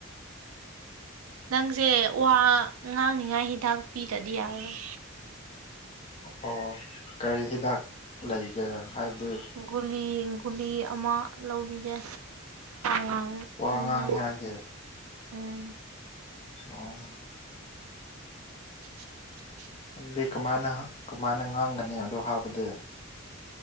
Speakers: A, on the right; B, on the left.
A: ꯅꯪꯁꯦ ꯋꯥ ꯉꯥꯡꯅꯤꯉꯥꯏ ꯍꯤꯗꯥꯛ ꯄꯤꯗꯗꯤ ꯌꯥꯔꯔꯣꯏ
B: ꯑꯣ ꯀꯔꯤ ꯍꯤꯗꯥꯛ ꯂꯩꯒꯦ ꯍꯥꯏꯕꯗꯤ
A: ꯒꯨꯂꯤ ꯒꯨꯂꯤ ꯑꯃ ꯂꯧꯕꯤꯒꯦ ꯉꯥꯡꯅꯤꯉꯥꯏ
B: ꯋꯥꯉꯥꯡꯅꯤ ꯉꯥꯏꯒꯤ
A: ꯎꯝ
B: ꯑꯣ
A: <unintelligible>
B: ꯑꯗꯨꯗꯤ ꯀꯃꯥꯏꯅ ꯀꯃꯥꯏꯅ ꯉꯥꯡꯒꯅꯤ ꯑꯗꯨ ꯍꯥꯏꯕꯗꯤ